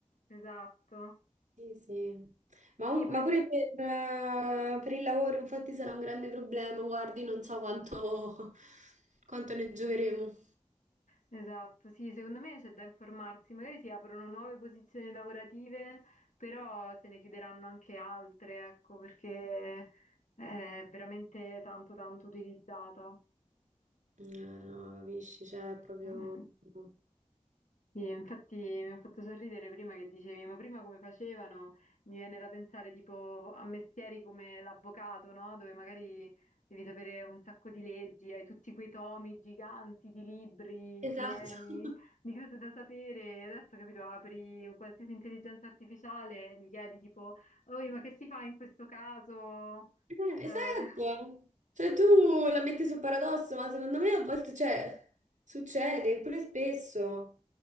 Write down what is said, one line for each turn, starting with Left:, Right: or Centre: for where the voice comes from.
Left: esatto.
Right: Sì, sì. Ma,
Left: Sì, poi...
Right: ma pure per, eh, per il lavoro, infatti, sarà un grande problema. Guardi, non so quanto, <laughs> quanto ne gioveremo.
Left: Esatto, sì, secondo me c'è da informarsi, magari si aprono nuove posizioni lavorative, però se ne chiuderanno anche altre, ecco, perché è veramente tanto tanto utilizzata.
Right: Eh, no, capisci, cioè, è proprio...
Left: Mm. mm.
Right: no.
Left: Sì, infatti mi ha fatto sorridere prima che dicevi, ma prima come facevano? Mi viene da pensare tipo a mestieri come l'avvocato, no? Dove magari devi sapere un sacco di leggi, hai tutti quei tomi giganti di libri
Right: Esatto.
Left: pieni
Right: <laughs>
Left: di cose da sapere. E adesso, capito, apri un qualsiasi intelligenza artificiale e gli chiedi tipo, oi, ma che si fa in questo caso?
Right: Eh,
Left: Eh,
Right: esatto.
Left: <laughs>
Right: Cioè, tu la metti sul paradosso, ma secondo me a volte, cioè, succede, pure spesso.